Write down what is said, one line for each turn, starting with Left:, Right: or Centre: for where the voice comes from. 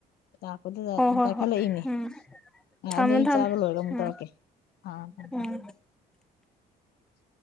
Left: ꯂꯥꯛꯄꯗꯨꯗ
Centre: ꯍꯣꯏ ꯍꯣꯏ
Left: ꯄꯥꯏꯈꯠꯂꯛꯏꯅꯦ
Centre: ꯍꯣꯏ ꯎꯝ
Left: ꯑ
Centre: ꯊꯝꯃꯣ
Left: ꯑꯗꯨ ꯑꯩ
Centre: ꯊꯝꯃꯣ
Left: ꯆꯥꯕ ꯂꯣꯏꯔꯒ ꯑꯃꯨꯛ
Centre: ꯎꯝ
Left: ꯇꯧꯔꯛꯀꯦ ꯑꯥ ꯊꯝ
Centre: ꯎꯝ
Left: ꯊꯝ <unintelligible>